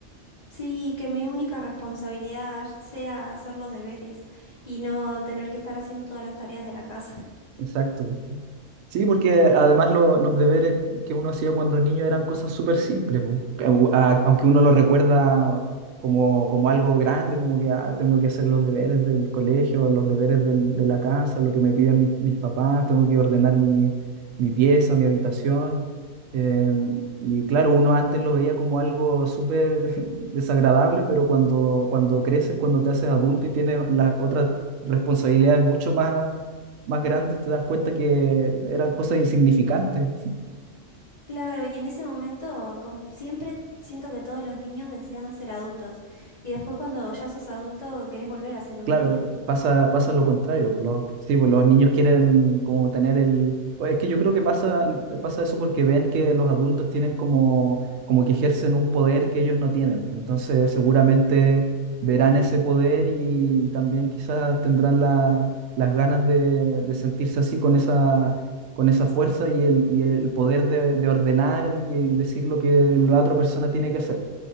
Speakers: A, on the left (about 40°); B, on the right (about 85°).
A: Sí, que mi única responsabilidad sea hacer los deberes y no tener que estar haciendo todas las tareas de la casa.
B: Exacto. Sí, porque además lo- los deberes que uno hacía cuando niño eran cosas súper simples, po. Au- a- aunque uno lo recuerda como, como algo grande, como que "Ah, tengo que hacer los deberes del colegio, los deberes del- de la casa, lo que me piden mis, mis papás, tengo que ordenar mi, mi pieza, mi habitación. Eh, y claro, uno antes lo veía como algo súper <laughs> desagradable, pero cuando, cuando creces, cuando te haces adulto y tienes las otras responsabilidades mucho más más grandes te das cuenta que eran cosas insignificantes. <laughs>
A: Claro, y en ese momento com- siempre siento que todos los niños desean ser adultos y después cuando ya sos adulto querés volver a ser un
B: Claro,
A: niño.
B: pasa, pasa lo contrario. pues, Los, sí, pues los niños quieren como tener el... Pues es que yo creo que pasa, pasa eso porque ven que los adultos tienen como, como que ejercen un poder que ellos no tienen. pues, Entonces seguramente verán ese poder y también quizás tendrán la- las ganas de, de sentirse así con esa, con esa fuerza y el, y el poder de, de ordenar y decir lo que la otra persona tiene que hacer.